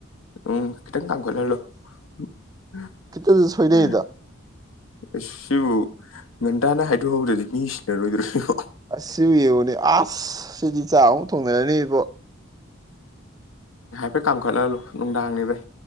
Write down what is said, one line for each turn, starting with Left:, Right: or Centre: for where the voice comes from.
Left: ꯑꯣ ꯀꯈꯤꯇꯪ ꯀꯥꯡ ꯀꯣꯂꯂꯣꯁꯤ
Right: ꯈꯤꯇꯁꯨ ꯁꯣꯏꯅꯩꯗ
Left: ꯉꯒꯟꯇꯥꯅ ꯍꯥꯏꯗꯣꯛꯍꯧꯗ꯭ꯔꯗꯤ ꯃꯤ ꯁꯤꯖꯤꯟꯅꯔꯣꯏꯗꯣꯣꯏꯕꯣ
Right: ꯑꯁ ꯌꯦꯡꯉꯨꯅꯦ ꯑꯁ ꯁꯤꯗꯤ ꯆꯥꯛ ꯑꯃꯨꯛ ꯊꯣꯡꯅꯔꯅꯤ ꯏꯕꯣ
Left: ꯍꯣꯏ ꯀꯥꯝꯈꯠꯍꯜꯂꯨ ꯅꯨꯡꯗꯥꯡꯅꯤꯚꯩ